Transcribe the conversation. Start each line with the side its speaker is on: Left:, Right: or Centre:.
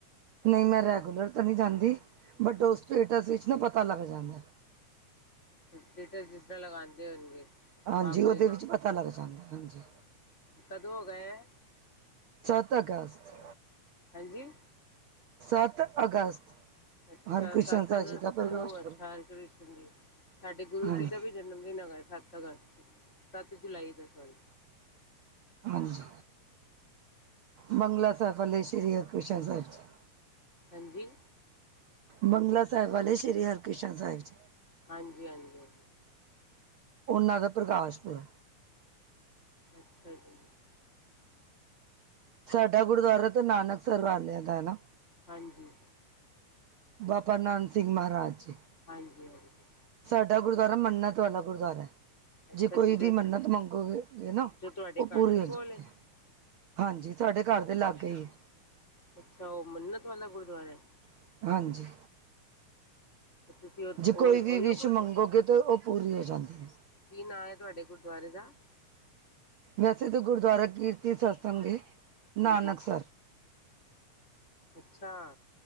Right: ਨਹੀਂ ਮੈਂ ਰੈਗੂਲਰ ਤਾਂ ਨਹੀਂ ਜਾਂਦੀ, ਬਟ
Left: ਅੱਛਾ
Right: ਉਹ ਸਟੇਟਸ ਵਿੱਚ ਨਾ ਪਤਾ ਲੱਗ ਜਾਂਦਾ।
Left: ਸਟੇਟਸ ਜਿਸ ਤਰ੍ਹਾਂ ਲਗਾਦੇ ਹੋਣਗੇ।
Right: ਹਾਂਜੀ,
Left: ਬਾਬਾ
Right: ਉਹਦੇ
Left: ਜੀ ਦਾ
Right: ਵਿੱਚ ਪਤਾ ਲੱਗ ਜਾਂਦਾ ਹਾਂਜੀ।
Left: ਕਦੋਂ ਹੋ ਗਏ ਹੈ
Right: ਸੱਤ ਅਗਸਤ।
Left: ਹੈ ਜੀ।
Right: ਸੱਤ ਅਗਸਤ।
Left: ਅੱਛਾ
Right: ਹਰਿਕ੍ਰਿਸ਼ਨ
Left: ਸੱਤ
Right: ਸਾਹਿਬ
Left: ਅਗਸਤ
Right: ਜੀ ਦਾ ਪ੍ਰਕਾਸ਼
Left: ਨੂੰ, ਅੱਛਾ
Right: ਪੁਰਬ
Left: ਹਰ ਕ੍ਰਿਸ਼ਨ ਜੀ ਸਾਡੇ ਗੁਰੂ
Right: ਹਾਂਜੀ
Left: ਜੀ ਦਾ ਵੀ ਜਨਮ ਦਿਨ ਆ ਸੱਤ ਅਗਸਤ ਸੱਤ ਜੁਲਾਈ ਦਾ ਸੋਰੀ
Right: ਹਾਂਜੀ, ਬਗਲਾ ਸਾਹਿਬ ਫਲੇੇ ਸ਼੍ਰੀ ਹਰਕ੍ਰਿਸ਼ਨ ਸਾਹਿਬ ਜੀ।
Left: ਹਾਂਜੀ,
Right: ਬੰਗਲਾ ਸਾਹਿਬ ਵਾਲੇ ਸ਼੍ਰੀ ਹਰਿਕ੍ਰਿਸ਼ਨ ਸਾਹਿਬ ਜੀ।
Left: ਹਾਂਜੀ, ਹਾਂਜੀ।
Right: ਉਹਨਾਂ ਦਾ ਪ੍ਰਕਾਸ ਪੂਰਬ,
Left: ਅੱਛਾ ਜੀ।
Right: ਸਾਡਾ ਗੁਰਦੁਆਰਾ ਤੋਂ ਨਾਨਕਸਰ ਵਾਲਿਆਂ ਦਾ ਹੈ ਨਾ
Left: ਹਾਂਜੀ।
Right: ਬਾਬਾ ਨੰਦ ਸਿੰਘ ਮਹਾਰਾਜ ਜੀ।
Left: ਹਾਜੀ, ਹਾਂਜੀ।
Right: ਸਾਡਾ ਗੁਰਦੁਆਰਾ ਮੰਨਤ ਵਾਲਾ ਗੁਰਦੁਆਰਾ।
Left: ਅੱਛਾ
Right: ਜੇ
Left: ਜਿਹਦੇ
Right: ਕੋਈ ਵੀ ਮੰਨਤ ਮੰਗੋ, ਨਾ
Left: ਜੋ ਤੁਹਾਡੇ
Right: ਉਹ
Left: ਘਰ
Right: ਪੂਰੀ
Left: ਦੇ
Right: ਹੋ
Left: ਕੋਲ
Right: ਜਾਂਦੀ ਹੈ। ਹਾਂਜੀ, ਤੁਹਾਡੇ ਘਰ ਦੇ ਲਾਗੇ ਹੀ
Left: ਅੱਛਾ, ਉਹ ਮੰਨਤ ਵਾਲਾ ਗੁਰਦੁਆਰਾ ਹੈ।
Right: ਹੈ ਹਾਂਜੀ
Left: ਤੁਸੀਂ ਉਹ
Right: ਜੇ ਕੋਈ
Left: ਉਹੀਓ
Right: ਵੀ ਵਿਸ਼
Left: ਗੁਰਦੁਆਰਾ
Right: ਮੰਗੋਗੇ, ਤਾਂ ਉਹ ਪੂਰੀ ਹੋ ਜਾਂਦੀ ਹੈ।
Left: ਕੀ ਨਾਂ ਹੈ, ਤੁਹਾਡੇ ਗੁਰਦੁਆਰੇ ਦਾ?
Right: ਵੈਸੇ ਤਾਂ ਗੁਰਦੁਆਰਾ ਕੀਰਤੀ ਸਤਸੰਗੇ ਨਾਨਕਸ
Left: ਹਾਂਜੀ ਅੱਛਾ